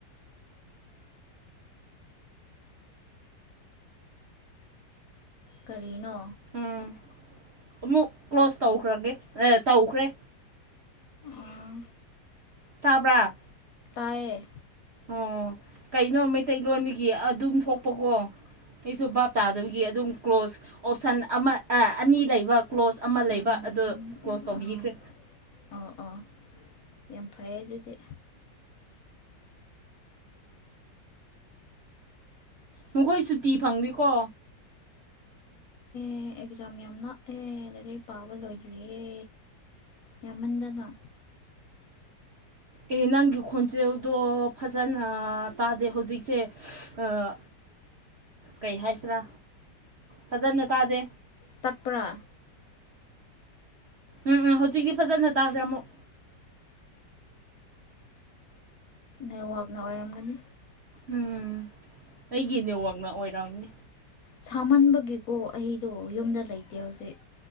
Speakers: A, on the left; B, on the right.
A: ꯀꯔꯤꯅꯣ
B: ꯎꯝ ꯑꯃꯨꯛ ꯀ꯭ꯂꯣꯁ ꯇꯧꯈ꯭ꯔꯒꯦ ꯑꯦ ꯇꯧꯈ꯭ꯔꯦ
A: ꯑꯥ
B: ꯇꯥꯕ꯭ꯔꯥ
A: ꯇꯏꯌꯦ
B: ꯑꯣ ꯀꯩꯅꯣ ꯃꯩꯇꯩꯂꯣꯟꯗꯒꯤ ꯑꯗꯨꯝ ꯊꯣꯛꯄꯀꯣ ꯑꯩꯁꯨ ꯚꯥꯞ ꯇꯥꯗꯕꯒꯤ ꯑꯗꯨꯝ ꯀ꯭ꯂꯣꯖ ꯑꯣꯞꯁꯟ ꯑꯃ ꯑꯦ ꯑꯅꯤ ꯂꯩꯕ ꯀ꯭ꯂꯣꯖ ꯑꯃ ꯂꯩꯕ
A: ꯎꯝ
B: ꯑꯗꯣ ꯀ꯭ꯂꯣꯁ ꯇꯧꯕꯤꯈ꯭ꯔꯦ
A: ꯑꯥ ꯑꯣ ꯑꯣ ꯌꯥꯝ ꯐꯩꯑꯦ ꯑꯗꯨꯗꯤ
B: ꯅꯈꯣꯏ ꯁꯨꯇꯤ ꯐꯪꯗꯦꯀꯣ
A: ꯑꯦ ꯑꯦꯛꯖꯥꯝ ꯌꯥꯝ ꯅꯥꯛꯑꯦ ꯂꯥꯏꯔꯤꯛ ꯄꯥꯕ ꯂꯣꯏꯗ꯭ꯔꯤꯌꯦ ꯌꯥꯝꯃꯟꯗꯅ
B: ꯑꯦ ꯅꯪꯒꯤ ꯈꯣꯟꯖꯦꯜꯗꯣ ꯐꯖꯅ ꯇꯥꯗꯦ ꯍꯧꯖꯤꯛꯁꯦ ꯑꯥ ꯀꯩ ꯍꯥꯏꯁꯤꯔꯥ ꯐꯖꯅ ꯇꯥꯗꯦ
A: ꯇꯠꯄꯔꯥ
B: ꯎꯝ ꯎꯝ ꯍꯧꯖꯤꯛꯀꯤ ꯐꯖꯅ ꯇꯥꯗ꯭ꯔꯦ ꯑꯃꯨꯛ
A: ꯅꯦꯋꯥꯛꯅ ꯑꯣꯏꯔꯝꯒꯅꯤ
B: ꯎꯝ ꯑꯩꯒꯤ ꯅꯦꯠꯋꯥꯛꯅ ꯑꯣꯏꯔꯝꯅꯤ
A: ꯁꯥꯃꯟꯕꯒꯤꯀꯣ ꯑꯩꯗꯣ ꯌꯨꯝꯗ ꯂꯩꯇꯦ ꯍꯧꯖꯤꯛ